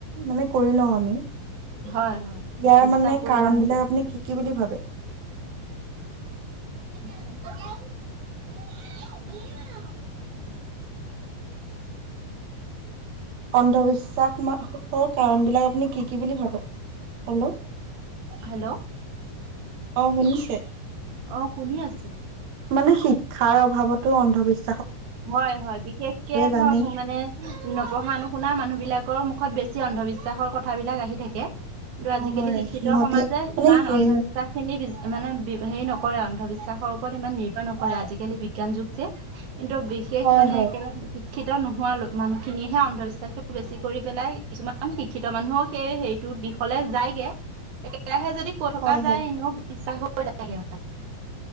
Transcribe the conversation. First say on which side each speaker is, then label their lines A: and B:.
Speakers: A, on the right; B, on the right.
A: মানে কৰি লও আমি। ইয়াৰ
B: হয় হয় বিশ্বাস
A: মানে
B: কৰি
A: কাৰণ
B: লোৱা হৈছে
A: বিলাক আপুনি কি - কি বুলি ভাবে?
B: <unintelligible>
A: অন্ধবিশ্বাস চাহখৰ কাৰণ বিলাক আপুনি কি কি বুলি ভাবে? হেল্ল',
B: হেল্ল'
A: শুনিচে
B: অ শুনি আছো
A: মানে শিক্ষাৰ অভাৱতো অন্ধবিশ্ব
B: হয় - হয় বিশেষকে
A: জানেই
B: ধৰক মানে নপঢ়া নুশুনা মানুহ বিলাকৰ <unintelligible> বেছি অন্ধবিশ্বাসৰ কথাবিলাক আহি থাকে। কিন্তু
A: অ
B: আজিকালি
A: হয়
B: শিক্ষিত
A: সিহঁতে
B: সমাজে
A: মানে
B: ইমান
A: সেই
B: অন্ধবিশ্বাস খিনি মানে হেৰি নকৰে অন্ধবিশ্বাসৰ ওপৰত ইমান নিৰভৰ নকৰে আজিকালি বিজ্ঞান যুগ যে, কিন্তু বিশেষ
A: হয়
B: মানে
A: হয়
B: একেবাৰে শিক্ষিত নোহোৱা মানুহখিনিয়েহে অন্ধবিশ্বাসটো বেছি কৰি পেলাই কিছুমান শিক্ষিত মানুহক সেই হেৰিটো দি নিষলে যায়গে একেৰাহে যদি কৈ থকা
A: হয় হয়
B: যায় এনেও বিশ্বাস হৈ <unintelligible>